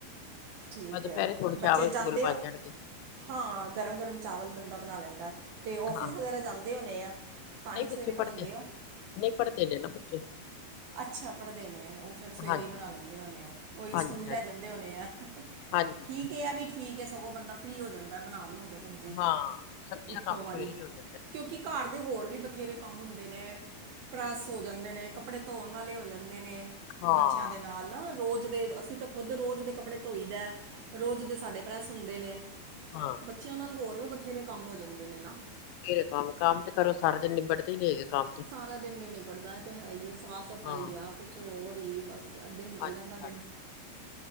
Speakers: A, on the right (about 70°); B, on the left (about 85°).
A: ਠੀਕ
B: ਬਸ ਦੁਪਹਿਰੇ
A: ਐ।
B: ਥੋੜੇ
A: ਬੱਚੇ
B: ਚਾਵਲ
A: ਜਾਂਦੇ
B: ਚੂਵਲ ਬਣ
A: ਆ।
B: ਜਾਣਗੇ
A: ਹਾਂ ਗਰਮ -ਗਰਮ ਚਾਵਲ ਬੰਦਾ ਬਣਾ ਲੈਂਦਾ, ਤੇ ਔਫਿਸ
B: ਹਾਂ ਹਾਂ
A: ਵਗੈਰਾ ਜਾਂਦੇ ਹੁਣੇ ਆ। ਤਾਂ
B: ਨਹੀਂ
A: ਹੀ ਸਵੇਰੇ
B: ਬੱਚੇ
A: ਬਣਾਉਂਦੇ
B: ਪੜ੍ਹਦੇ
A: ਹੋ
B: ਨਹੀਂ ਪੜ੍ਹਦੇ ਨੇੈ ਨਾ ਬੱਚੇ। <unintelligible>
A: ਅੱਛਾ ਪੜ੍ਹਦੇ ਨੇ ਔ ਫੇਰ ਸਵੇਰੇ
B: ਹਾਂਜੀ
A: ਈ ਬਣਾ ਲੈਂਦੇ ਹੋਨੇ ਆ ਔਈ
B: ਹਾਂਜੀ
A: ਸਕੂਲ ਲੈ
B: ਹਾਂਜੀ
A: ਜਾਂਦੇ ਹੋਨੇ ਐ ਅਹਹ।
B: ਹਾਂਜੀ
A: ਠੀਕ ਏ, ਐ ਵੀ ਠੀਕ ਏ, ਸਗੋਂ ਬੰਦਾ ਫਰੀ ਹੋ ਜਾਂਦਾ ਬਣਾ ਬਨੂਕੇ। ਹਂਜੀ
B: ਹਾਂ ਸਬਜ਼ੀ
A: ਇੱਕੋ
B: ਦਾ ਕੰਮ ਸਵੇਰੇ
A: ਵਾਰੀ।
B: ਹੀ ਹੋ ਜਾਂਦਾ ਹੈ।
A: ਕਿਉਂਕਿ ਘਰ ਦੇ ਹੋਰ ਵੀ ਬਥੇਰੇ ਕੰਮ ਹੁੰਦੇ ਨੇ। ਪ੍ਰੈਸ ਹੋ ਜਾਂਦੇ ਨੇ, ਕੱਪੜੇ ਧੋਣ ਵਾਲੇ ਹੋ ਜਾਂਦੇ ਨੇ
B: ਹਾਂ
A: ਬੱਚਿਆਂ ਦੇ ਨਾਲ ਨਾ, ਰੋਜ਼ ਦੇ, ਅਸੀਂ ਤੇ ਖੁੱਦ ਰੋਜ਼ ਦੇ ਕੱਪੜੇ ਧੋਈ ਦੈ, ਰੋਜ਼ ਤੇ ਸਾਡੇ ਪ੍ਰੈਸ ਹੁੰਦੇ ਨੇ
B: ਹਾਂ।
A: ਬੱਚਿਆਂ ਨਾਲ ਹੋਰ ਵੀ ਬਥੇਰੇ ਕੰਮ ਹੋ ਜਾਂਦੇ ਨੇ ਨਾ।
B: ਵੇਰੇ ਕੰਮ- ਕੰਮ ਤੇ ਕਰੋ ਸਾਰਾ ਦਿਨ ਨਿਬੜਦੇ ਹੀ ਨੀ ਹੈਗੇ ਕੰਮ ਤੇ
A: ਸਾਰਾ ਦਿਨ ਨੀ ਨਿਬੜਦਾ ਐ ਤੇ ਹੈ ਈ ਐ ਸਾਫ਼ ਸਫ਼ਾਈ
B: ਹਾਂ
A: ਆ ਕੁਛ ਹੋਰ ਹੀ ਬਸ ਅੱਦੇੇ ਨਿਕਲ
B: ਹਾਂਜੀ
A: ਜਾਂਦਾ
B: ਹਾਂਜੀ
A: ਦਿਨ।